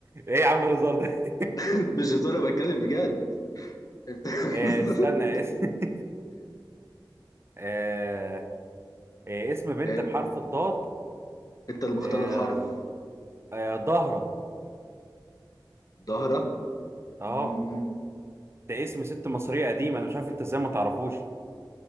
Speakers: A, on the right (about 30°); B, on the left (about 45°).
A: يا عم الهزار ده <laughs>
B: <laughs> مش هزار أنا بتكلم بجد انت
A: آه،
B: <laughs>
A: استنى <laughs> آه، آه، اسم بنت
B: إيه؟
A: بحرف الضاد
B: انت اللي مختار
A: آه،
B: الحرف
A: آه، ضهرة
B: ظهره
A: اه
B: مم.
A: ده اسم ست مصرية قديمة انا مش عارف انت ازاي ما تعرفوش